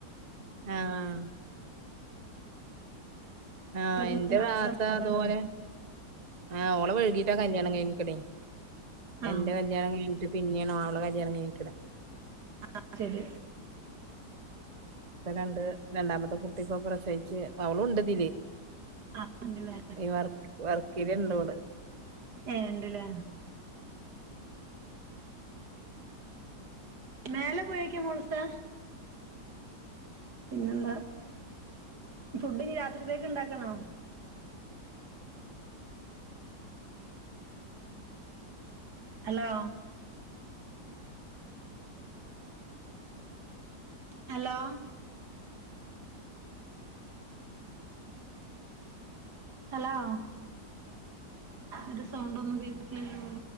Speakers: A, on the right; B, on the right.
A: ആഹ് ആഹ് എന്റെ
B: <unintelligible>
A: താത്ത
B: അതാണ്
A: അതുപോലെ ആഹ് ഓളെ വഴുകീട്ടാ കല്യാണം കഴിഞ്ഞിക്കണെ
B: ആ
A: എന്റെ കല്യാണം കഴിഞ്ഞിട്ട് പിന്നെയാണ് ഓളെ കല്യാണം കഴിഞ്ഞിക്കണേ
B: ആഹ് ശരി
A: ഇപ്പം രണ്ട് രണ്ടാമത്തെ കുട്ടി ഇപ്പം പ്രസവിച്ച് അവളും ഉണ്ടിതില്
B: ആ ഉണ്ടല്ലേ
A: ഈ വർക്കില് ഇണ്ട് അവള്
B: ഏഹ് ഇണ്ടില്ലേ മേലെ പോയേക്കാ മോളൂസെ പിന്നെന്താ ഫുഡിനി രാത്രിത്തേക്ക് ഉണ്ടാക്കണോ? ഹലോ ഹലോ ഹലോ ഒരു സൗണ്ടന്നും കേക്കില്ലല്ലോ